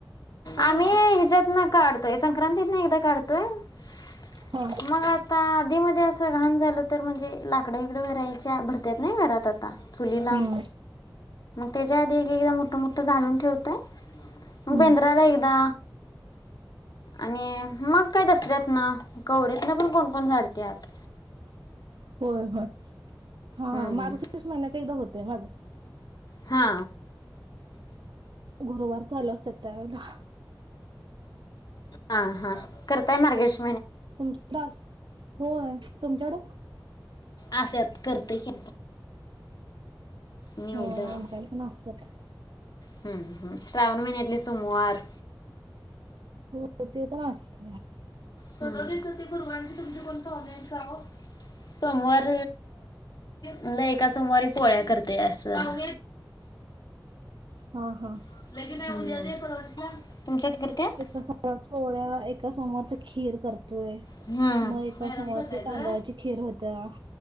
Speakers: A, on the right (about 80°); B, on the left (about 55°).
A: काय
B: आम्ही
A: म्हणता
B: ह्याच्यात न काढतोय संक्रांतीत ना एकदा काढतो. <inaudible>
A: हा
B: मग आता आदी, मधी असं घाण झालं. तर म्हणजे लाकड बिकडं भरायच्या भरत्यात नाही घरात आणावे लागतात चुलीला
A: हम्म
B: त्याच्या आधी एक एकदा मोठ मोठं झालून ठेवतय मग
A: हम्म
B: बेंदराला एकदा आणि मग काय दसऱ्यात ना गवरीतन पण कोण कोण झाडतात.
A: होय होय हा
B: हम्म.
A: मार्च महिन्यात एकदा होतेय माझं
B: हा
A: गुरुवार चालू असत त्यावेेळेला
B: हा हा करताय मार्गशिष
A: तुमच्यात असतय होय तुमच्याकडं
B: आसतात करते की, निवड
A: होय आमच्यात पण असतात.
B: हम्म हम श्रावण महिन्यातील सोमवार
A: हो ते तर ना असत
B: सवली गुरवांचे तुम कोण <unintelligible> सोमवार मला एका सोमवारी पोळ्या करते असं.
A: हा हा
B: <unintelligible> करत्यात?
A: एका सोमवार पोळ्या एका सोमवारच खीर करतोय
B: हम्म.
A: मग एका
B: मॅडम
A: सोमवार
B: करताय
A: तांदळाची
B: ग.
A: खीर होत्या.